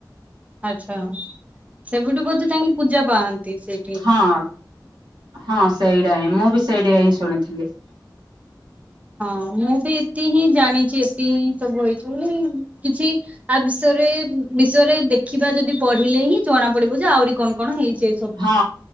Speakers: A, on the right (about 20°); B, on the right (about 85°).
A: ଆଛା ସେବଠୁ ବୋଧେ <unintelligible> ପୂଜା ପାଆନ୍ତି ସେ।
B: ହଁ ହଁ ସେଇଟା ହିଁ ମୁଁ ବି ସେଇଟା ହିଁ ଶୁଣିଥିଲି।
A: ହଁ ମୁଁ ବି ଏତି ହିଁ ଜାଣିଛି ଏତି ହିଁ ସବୁ ହେଇଚି ବୋଲି କିଛି ଆ ବିଷୟରେ ବିଷୟରେ ଦେଖିବା ଯଦି ପଢିଲେ ହିଁ ଜଣା ପଡିବ ଯେ ଆହୁରି କଣ କଣ ହେଇଚି।
B: ହଁ